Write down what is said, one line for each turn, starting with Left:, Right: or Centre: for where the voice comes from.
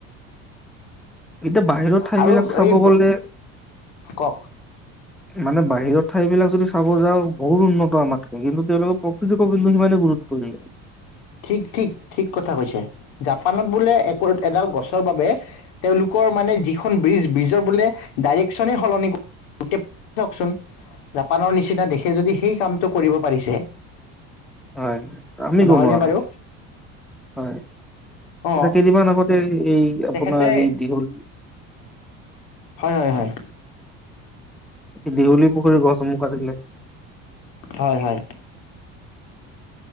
Centre: এতিয়া বাহিৰৰ ঠাইবিলাক
Left: আৰু
Centre: চাব
Left: এই
Centre: গলে।
Left: কওক
Centre: মানে বাহিৰৰ ঠাইবিলাক যদি চাব যাওঁ বহুত উন্নত আমাতকৈ ।কিন্তু তেওঁলোকে প্ৰকৃতিকো কিন্তু সিমানে গুৰুত্ব দিয়ে।
Left: ঠিক ঠিক ঠিক কথা কৈছে ।জাপানত বোলে এক এডাল গছৰ বাবে তেওঁলোকৰ মানে যিখন ব্ৰিজ ব্ৰিজৰ বোলে। ডাইৰেকশ্যনেই সলনি কৰতিাওকচোন । জাপানৰ নিচিনা দেশে যদি সেই কামটো কৰিব পাৰিছে।
Centre: হয় আমি
Left: নহয়নে
Centre: গম পাওঁ।
Left: বাৰু
Centre: হয়
Left: অ
Centre: ।এয়া কেইদিনমান আগতে এই আপোনাৰ
Left: তেখেতে
Centre: এই দীঘল।
Left: হয়, হয়, হয়।
Centre: স দীঘলী পুখুৰীৰ গছসমূহ কাটিলে।
Left: হয়, হয়।